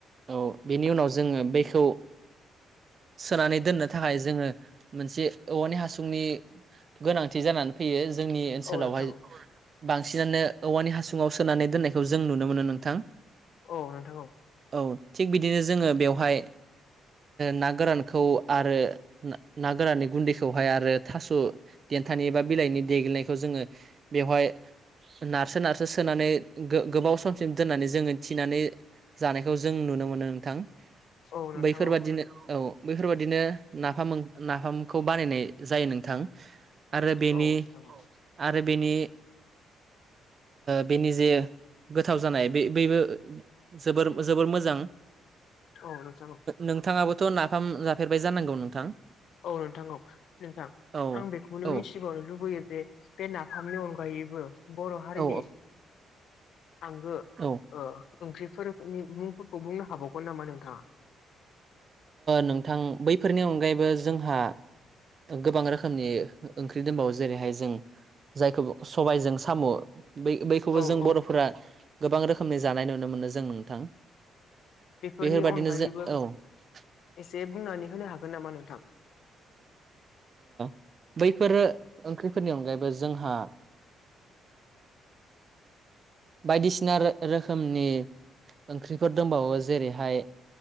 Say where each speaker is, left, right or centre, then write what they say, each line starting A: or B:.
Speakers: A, on the right (about 45°); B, on the left (about 70°).
A: औ बेनि उनाव जोङो बेखौ सोनानै दोननो थाखाय जोङो मोनसे औवानि हासुंनि गोनांथि जानानै फैयो जोंनि ओनसोलावहाय
B: औ नोंथां औ
A: बांसिनानो औवानि हासुङाव सोनानै दोननायखौ जों नुनो मोनो नोंथां
B: औ नोंथां औ।
A: औ थिग बिदिनो जोङो बेयावहाय ना गोरानखौ आरो ना गोराननि गुन्दैखौहाय आरो थास' देन थानि एबा बिलाइनि देग्लियनायखौ जोङो बेवहाय नारसो नारसो सोनानै गोबाव समसिम दोननानै जोङो थिनानै जानायखौ जों नुनो मोनो नोंथां।
B: औ नोंथां
A: बैफोरबादिनो
B: औ
A: औ बैफोरबादिनो नाफाम नाफामखौ बानायनाय जायो नोंथां आरो बेनि
B: औ नोंथां
A: आरो बेनि बेनि जे गोथाव जानाय बे बैबो जोबोर जोबोर मोजां
B: औ नोंथां
A: नोंथाङाबो थ' नाफाम जाफेरबाय जानांगौ नोंथां?
B: औ नोंथां औ नोंथां
A: औ
B: आं बेखौनो
A: औ
B: मिथिबावनो लुबैयो जे बे ना मोनथामनि अनगायैबो बर' हारिनि
A: औ
B: आंगो
A: औ
B: ओंख्रिफोरनि मुंफोरखौ बुंनो हाबावगोन नामा नोंथाङा?
A: नोंथां बैफोरनि अनगायैबो जोंहा गोबां रोखोमनि ओंख्रि दंबावो जेरैहाय जों जायखौ सबायजों साम' बै बैखौबो
B: औ
A: जों
B: औ
A: बर'फोरा गोबां रोखोमनि जानाय नुनो मोनो जों नोंथां।
B: बेफोरनि
A: बेफोरबादिनो
B: अनगायैबो
A: जों औ ह <inaudible>
B: एसे बुंनानै होनो हागोन नामा नोंथां
A: <inaudible> बैफोर ओंख्रिफोरनि अनगायैबो जोंहा बायदिसिना रो-रोखोमनि ओंख्रिफोर दंबावो जेरैहाय